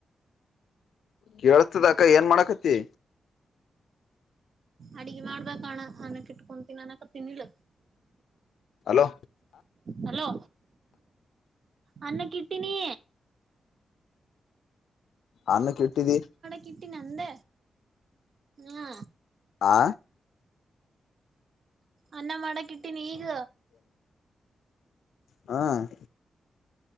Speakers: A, on the left; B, on the right.
A: ಕೇಳತದ ಅಕ್ಕ ಏನ್ ಮಾಡಕತಿ
B: ಅಡ್ಗೆ ಮಾಡ್ಬೇಕಕ್ಣ ಅನಕ್ ಇಟ್ಕೊಂತೀನಿ ಅನಕ ತಿನಲ್ಲ
A: ಹಲೋ
B: ಹಲೋ ಅನ್ನ ಕಿಟ್ಟಿನಿ
A: ಅನ್ನ ಕೆ ಇಟ್ಟಿದಿ
B: ಕಿಟ್ಟಿನಂದ ಹಾ
A: ಆ
B: ಅನ್ನ ಮಾಡಕ್ ಇಟ್ಟೀಿನಿ ಈಗ
A: <unintelligible> ಹ